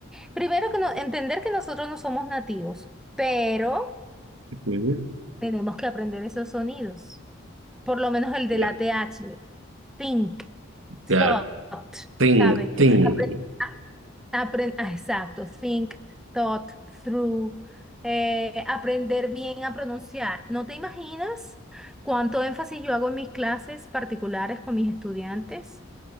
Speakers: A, in the centre; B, on the right.
A: Primero que no, entender que nosotros no somos nativos, pero
B: Ujú.
A: tenemos que aprender esos sonidos, por lo menos el de
B: Ya.
A: la TH, think
B: Claro.
A: thought,
B: Thing,
A: ¿sabes?
B: thing.
A: Apren- a- apren- ah, exacto, think, thought, through, eh, aprender bien a pronunciar. ¿No te imaginas cuánto énfasis yo hago en mis clases particulares con mis estudiantes?